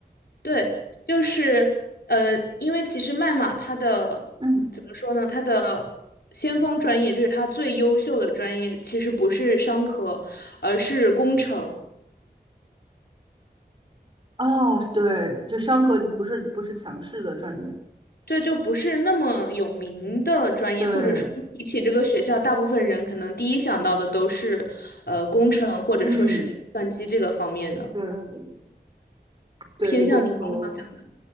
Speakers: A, on the left; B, on the right.
A: 对，就是呃，因为其实麦马它的怎么说呢，
B: 嗯。
A: 它的。先锋专业就是它最优秀的专业，其实不是商科，而是工程。
B: 哦，对，就商科就不是不是强势的专业，
A: 对，就不是那么有名的专业，
B: 对，
A: 或者说比起这个学校，大部分人可能第一想到的都是，呃，工程或者说是计算机这个方面的，
B: 嗯，对对，
A: 偏向理工方向的。
B: 理工科，